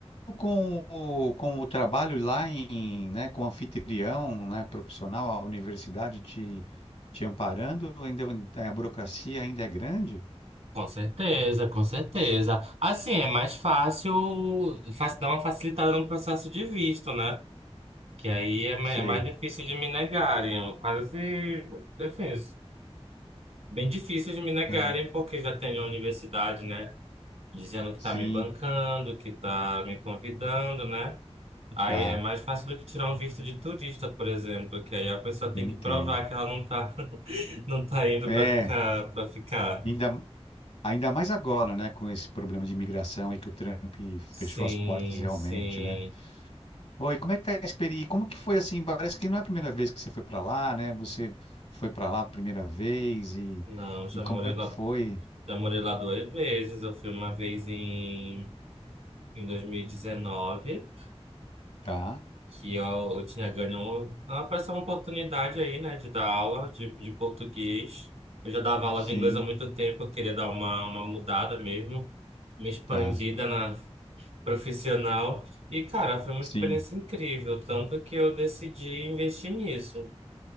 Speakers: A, on the left (about 75°); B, on the right (about 80°).
A: com o, com o trabalho lá em, né, com o anfitrião, né, profissional, a universidade te, te amparando, ainda a burocracia ainda é grande?
B: Com certeza, com certeza. Assim, é mais fácil, fácil dar uma facilitada no processo de visto, né? Que aí é ma-
A: Sei.
B: é mais difícil de me negarem, quase, enfim, bem difícil de me negarem,
A: Aham.
B: porque já tem a universidade, né? Dizendo que
A: Sim,
B: tá me bancando, que tá me convidando, né? Aí
A: tá.
B: é mais fácil do que tirar um visto de turista, por exemplo, que aí a pessoa tem
A: Entendo.
B: que provar que ela não tá, <laughs> não tá indo
A: É,
B: pra ficar, para ficar.
A: ainda, ainda mais agora, né, com esse problema de imigração aí que o Trump
B: Sim,
A: fechou as portas realmente,
B: sim.
A: né? Oi, como é que tá a experiência? Como que foi assim? Parece que não é a primeira vez que você foi para lá, né? Você foi para lá a primeira vez e,
B: Não, já
A: e como
B: morei
A: é que
B: lá,
A: foi?
B: já morei lá duas vezes. Eu fui uma vez em, em 2019.
A: Tá,
B: que eu, eu tinha ganho. Apareceu uma oportunidade aí, né, de dar aula de, de português. Eu já dava aula
A: sim,
B: de inglês há muito tempo, eu queria dar uma, uma mudada mesmo, uma expandida
A: tá,
B: na profissional. E, cara, foi uma
A: sim.
B: experiência incrível, tanto que eu decidi investir nisso.